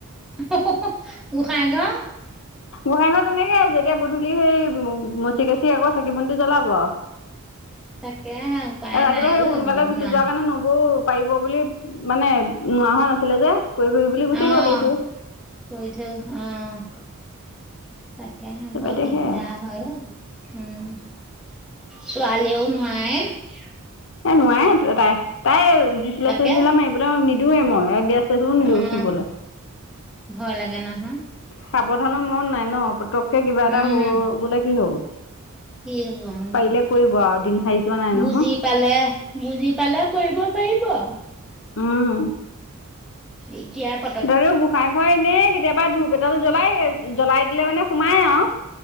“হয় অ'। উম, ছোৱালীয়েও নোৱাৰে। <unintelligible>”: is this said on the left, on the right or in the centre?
Centre